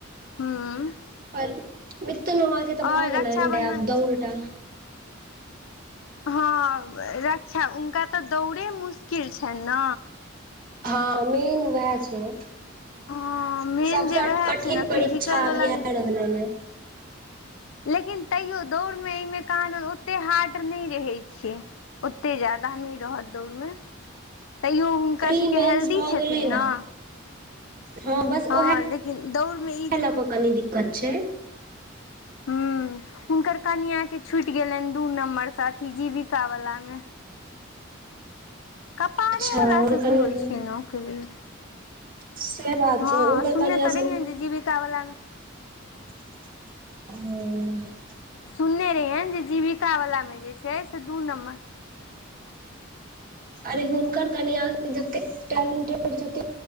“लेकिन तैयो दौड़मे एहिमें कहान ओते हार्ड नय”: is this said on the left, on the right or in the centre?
Left